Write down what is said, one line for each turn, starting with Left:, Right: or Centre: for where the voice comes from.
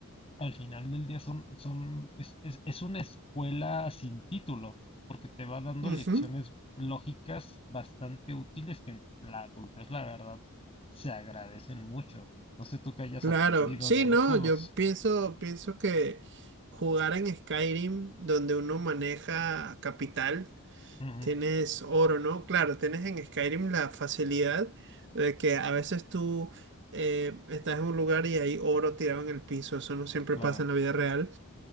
Left: al final del día son, son, es, es, es una escuela sin título, porque te va dando
Right: Ujú,
Left: lecciones lógicas bastante útiles que en la adultez, la verdad, se agradecen mucho. No sé tú qué hayas
Right: Claro.
Left: aprendido
Right: Sí,
Left: de los
Right: no,
Left: juegos.
Right: yo pienso, pienso que jugar en Skyrim, donde uno maneja capital,
Left: Ujú,
Right: Tienes oro, ¿no? Claro, tienes en Skyrim la facilidad de que a veces tú eh, estás en un lugar y hay oro tirado en el piso. Eso no siempre
Left: claro.
Right: pasa en la vida real.